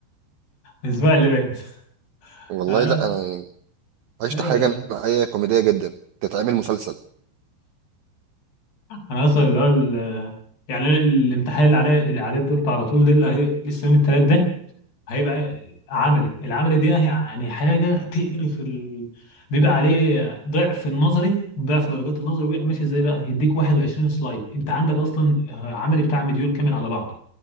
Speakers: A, on the left (about 55°); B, on the right (about 75°).
A: الاسبوع <laughs> اللي فات
B: والله
A: انا
B: لا انا عشت
A: ايوه
B: حاجه معايا كوميديه جدا تتعمل مسلسل
A: انا اصلا اللي هو ال- يعني أنا الامتحان اللي عليه اللي عليه الدور ده على طول ده اللي هي لسه يوم التلات ده هيبقى عملي العملي دي يعني يعني حاجه تقرف ال... بيبقى عليه ضعف النظري وضعف درجات النظري وبيبقى ماشي ازاي بقى يديك 21 سلايد انت عندك اصلا عملي بتاع مديول كامل على بعضه